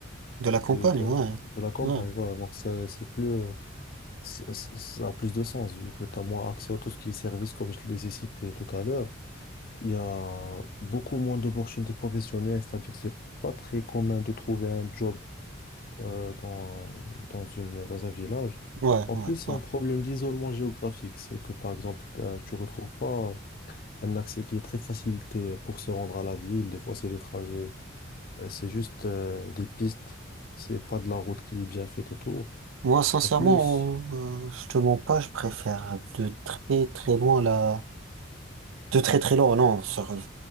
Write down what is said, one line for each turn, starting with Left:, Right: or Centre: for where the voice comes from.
Right: de la campagne,
Left: de, de,
Right: ouais,
Left: de la campagne.
Right: ouais,
Left: Voilà, donc ça c'est plus, euh, ça ça- ça a plus de sens vu que tu as moins accès à tout ce qui est service, comme je les ai cités tout à l'heure. Il y a beaucoup moins d'opportunités professionnelles, c'est-à-dire c'est pas très commun de trouver un job euh, dans, dans une, dans un village.
Right: ouais,
Left: En
Right: ouais.
Left: plus, c'est
Right: ouais.
Left: un problème d'isolement géographique. C'est que, par exemple, euh, tu retrouves pas un accès qui est très facilité pour se rendre à la ville. Des fois, c'est des trajets. Euh, C'est juste euh, des pistes. C'est pas de la route qui est bien faite et tout.
Right: Moi, sincèrement,
Left: En plus,
Right: euh, je te mens pas, je préfère de très très loin la... De très très loin, non, sur-